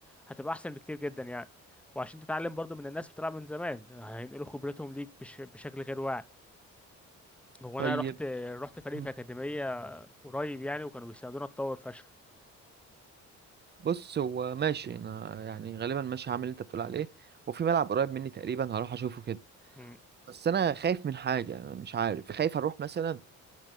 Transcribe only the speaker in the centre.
هتبقى أحسن بكتير جدا يعني وعشان تتعلم برضو من الناس بتلعب من زمان هينقلوا خبرتهم ليك بش... بشكل غير واعي هو
أنا رحت رحت فريق
في أكاديمية قريب يعني وكانوا بيساعدونا أتطور فشخ
مم.